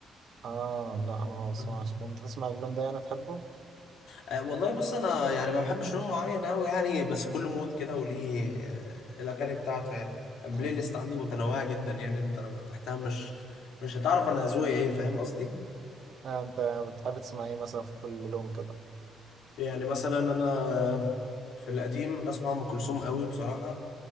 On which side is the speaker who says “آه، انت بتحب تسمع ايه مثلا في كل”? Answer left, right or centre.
Right